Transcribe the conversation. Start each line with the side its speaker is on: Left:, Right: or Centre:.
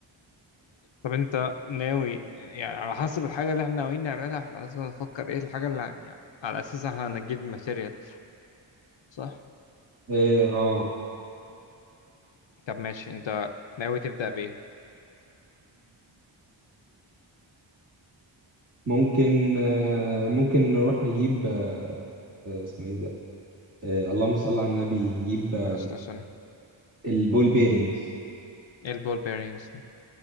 Left: طب انت ناوي يعني على حسب الحاجة اللي احنا ناويين نعملها احنا لازم نفكر ايه الحاجة اللي يعني على اساسها احنا هنجيب ماتيريال صح
Right: ايه اه
Left: طب ماشي انت ناوي تبدأ بايه
Right: ممكن آه، ممكن نروح نجيب آه، آه، اسمه ايه ده آه، اللهم صل على النبي نجيب آه،
Left: معلش لو سوري.
Right: البول بيرنجز
Left: ايه البول بيرنجز دي